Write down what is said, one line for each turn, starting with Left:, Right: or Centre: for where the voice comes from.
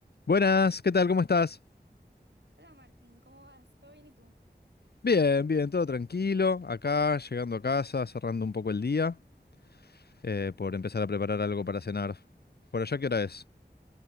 Left: Buenas, ¿qué tal? ¿Cómo estás?
Right: Hola Martín, ¿cómo vas? ¿Todo bien y tú?
Left: Bien, bien, todo tranquilo. Acá, llegando a casa, cerrando un poco el día, eh, por empezar a preparar algo para cenar. ¿Por allá qué hora es?